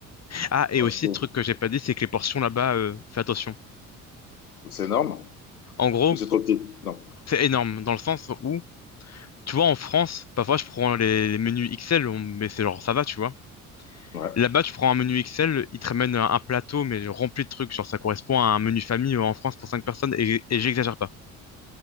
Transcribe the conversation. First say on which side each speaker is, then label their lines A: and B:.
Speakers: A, on the left; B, on the left.
A: Ah, et
B: Ok.
A: aussi, truc que j'ai pas dit, c'est que les portions là-bas, euh, fais attention.
B: C'est énorme?
A: En gros,
B: Ou c'est trop petit? Non.
A: c'est énorme dans le sens où, tu vois, en France, parfois je prends les, les menus XL, on- mais c'est genre ça va, tu vois.
B: Ouais.
A: Là-bas, tu prends un menu Excel, il te ramène un un plateau, mais rempli de trucs. Genre, ça correspond à un menu famille euh, en France pour 5 personnes, et, et j'exagère pas.